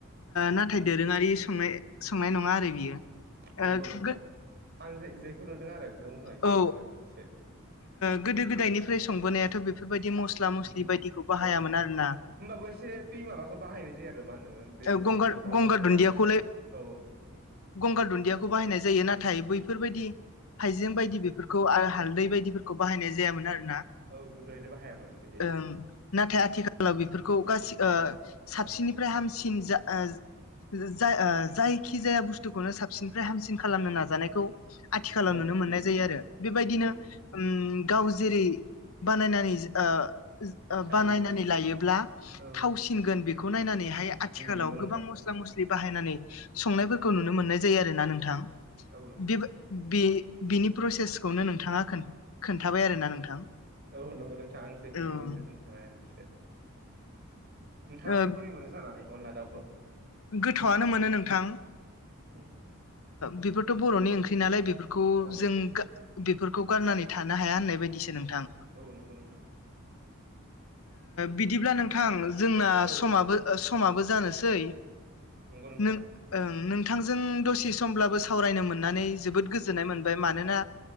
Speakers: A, on the left; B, on the right.
A: नाथाय दोरोङारि संनाय संनाय नङा। मार बियो
B: नंगौ
A: ओ।
B: नोंथां आं जे जेखौ नुदों आरो बेखौ बुंबाय एसेथांनो
A: औ
B: एसे।
A: गोदो गोदायनिफ्राय संबोनायाथ' बेफोरबायदि मस्ला मस्लि
B: ओम
A: बायदिखौ बाहायामोन
B: औ
A: आरोना
B: होनबाबो एसे पि माबाखौ बाहायनाय जायो आरो। मा होनोमोन बे जोंनि
A: गंगार
B: सामब्राम
A: गंगार
B: गुफुर
A: दुन्दियाखौलाय।
B: औ
A: गंगार दुन्दियाखौ
B: बेफोरखौहाय
A: बाहायनाय जायो नाथाय बैफोरबायदि हाइजें बायदि बेफोरखौ। खौ हालदै बायदिफोरखौ बाहायनाय जायामोन आरो।
B: औ गुदुहायनो बाहायामोन। बिदि
A: ओं नाथाय आथिखालाव बेफोरखौ गासै
B: उम
A: साबसिननिफ्राय
B: बाहायनायनोसै
A: हामसिन। जा। ओ जा जायखि जाया बुस्थुखौनो साबसिननिफ्राय हामसिन खालामनो नाजानायखौ। आथिखालाव
B: औ
A: नुनो
B: नंगौ
A: मोननाय जायो
B: नोंथां
A: आरो बेबायदिनो
B: उम
A: ओम। गाव जेरै बानायनानै ओ। ओ
B: जायो
A: बानायनानै लायोब्ला
B: औ
A: थावसिनगोन बेखौ नायनानैहाय। आथिखालाव
B: उम नंगौ
A: गोबां
B: नोंथां
A: मस्ला मस्लि बाहायनानै संनायफोरखौ नुनो मोन्नाय। जायो आरोना
B: उम
A: नोंथां
B: औ नंगौ
A: बेबो बे। बिनि प्रसेसखौनो नोंथाङा खोन्थाबाय आरोना नोंथां?
B: औ नंगौ नोंथाङां आं जेखौ
A: औ ओं
B: नुदों खथाबाय आरो एसे। नोंथाङालाय
A: ओ
B: बोरै मोनो जानानै अनला दाउखौ
A: गोथावआनो मोनो नोंथां
B: उम
A: बेफोरथ' बर'नि ओंख्रि नालाय बे बेफोरखौ
B: औ
A: जों बेफोरखौ गारनानै थानो हाया होननाय बायदिसो नोंथां -ओ
B: औ नंगौ नोंथां
A: बिदिब्ला नोंथां जोंना
B: औ
A: समाबो-समाबो जानोसै
B: नंगौ नोंथां
A: नों नोंथांजों दसे समब्लाबो सावरायनो मोननानै जोबोद गोजोननाय मोनबाय मानोना